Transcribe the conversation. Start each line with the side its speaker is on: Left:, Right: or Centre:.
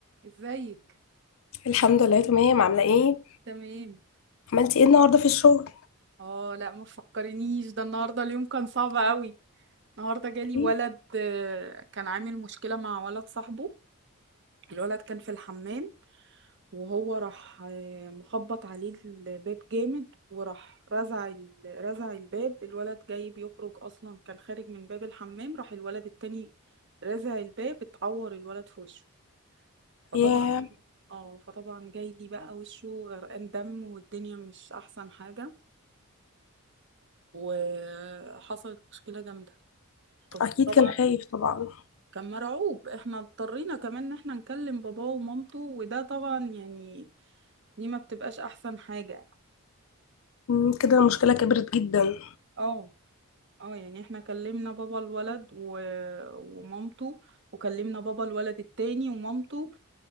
Right: ازيك
Left: الحمد لله تمام عاملة ايه؟
Right: تمام
Left: عملتي ايه النهاردة في الشغل؟
Right: اه لا ما تفكرنيش ده النهارده اليوم كان صعب قوي النهارده جالي
Left: إيه؟
Right: ولد آه، كان عامل مشكله مع ولد صاحبه الولد كان في الحمام وهو راح آه، مخبط عليه الباب جامد وراح رزع ال- رزع الباب الولد جاي بيخرج اصلا كان خارج من باب الحمام راح الولد التاني رزع الباب اتعور الولد في وشه فطبعا
Left: ياه
Right: اه فطبعا جاي لي بقى وشه غرقان دم والدنيا مش احسن حاجة وحصلت مشكلة جامدة طز-
Left: أكيد
Right: طبعا
Left: كان خايف طبعا
Right: كان مرعوب احنا اضطرينا كمان ان احنا نكلم باباه ومامته وده طبعا يعني دي ما بتبقاش احسن حاجة
Left: مم، كده المشكلة كبرت جدا
Right: اه اه يعني احنا كلمنا بابا الولد و... ومامته وكلمنا بابا الولد التاني ومامته